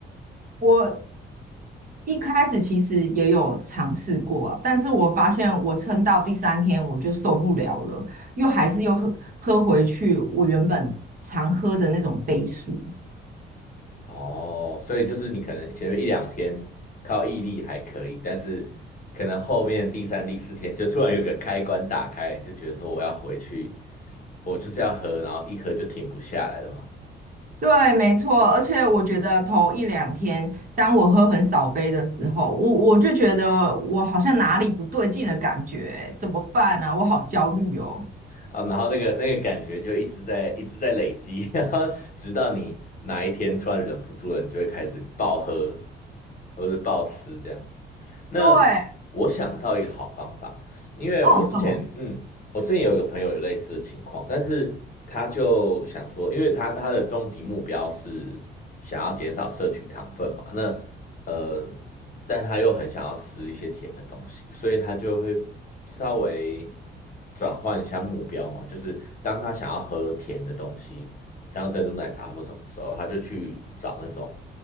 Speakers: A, on the right; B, on the left.
A: 我一开始其实也有尝试过啊，但是我发现我撑到第三天我就受不了了，又还是又喝喝回去我原本常喝的那种杯数。
B: 哦，所以就是你可能前面一两天靠毅力还可以，但是可能后面第三、第四天就突然有个开关打开，你就觉得说我要回去，我就是要喝，然后一喝就停不下来了吗？
A: 对，没错，而且我觉得头一两天，当我喝很少杯的时候，我我就觉得我好像哪里不对劲的感觉，怎么办啊？我好焦虑哦。
B: 啊，然后那个那个感觉就一直在一直在累积，<laughs> 然后直到你哪一天突然忍不住了，你就会开始暴喝或者暴吃这样。那我想到一个好方法，
A: 对，
B: 因为我之前嗯我之前有一个朋友有类似的情况，
A: 哦，什么？
B: 但是他就想说，因为他他的终极目标是想要减少摄取糖分嘛，那呃，但他又很想要吃一些甜的东西，所以他就会稍微转换一下目标嘛，就是当他想要喝甜的东西，像珍珠奶茶或什么时候，他就去找那种